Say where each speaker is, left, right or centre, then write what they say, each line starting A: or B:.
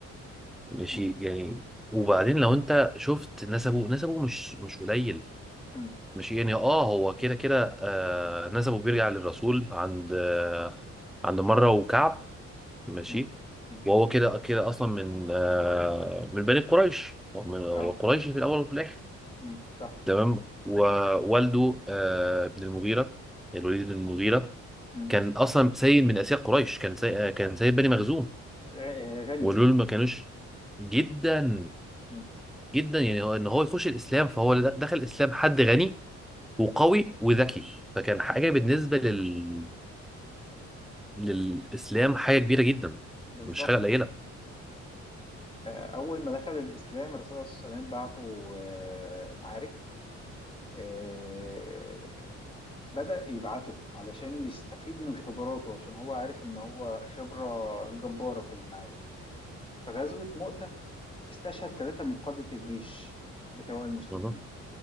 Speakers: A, in the centre; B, on the left (about 15°).
A: ماشي
B: مم.
A: يعني وبعدين لو انت شفت نسبه نسبه مش مش قليل
B: مم.
A: ماشي يعني اه هو كده كده آه نسبه بيرجع للرسول عند آه عند مره وكعب ماشي
B: مم. مم.
A: وهو كده كده اصلا من آه، من بني قريش هو من هو
B: اه
A: قريشي في الاول وفي الاخر
B: مم. صح
A: تمام ووالده آه، ابن المغيره الوليد بن المغيره
B: مم.
A: كان اصلا سيد من اسياد قريش كان سيد آه، كان سيد بني مخزوم
B: غ- غني
A: ودول ما كانوش جدا
B: مم.
A: جدا يعني هو ان هو يخش الاسلام فهو د- دخل الاسلام حد غني وقوي وذكي فكان حاجه بالنسبه لل... للاسلام حاجه كبيره جدا
B: بالظبط
A: مش حاجه قليله
B: آه، اول ما دخل الاسلام الرسول صلى الله عليه وسلم بعته آه، معارك آه، بدأ يبعته علشان يستفيد من خبراته عشان هو عارف ان هو خبرة جبارة في المعارك في غزوة مؤتة استشهد ثلاثة من قادة الجيش بتوع المسلمين
A: مهم.